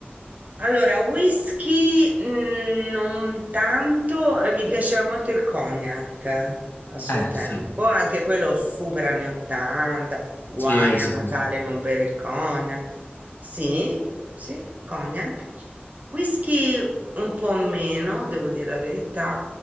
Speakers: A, on the right; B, on the left.
A: Allora, whisky mm, non tanto, eh, mi piaceva molto il cognac a suo
B: Eh,
A: tempo,
B: sì.
A: anche quello super anni 80, guai
B: Sì,
A: a
B: sì,
A: Natale
B: sì, sì.
A: non bere il cognac. Sì, sì, cognac. Whisky un po' meno, devo dire la verità,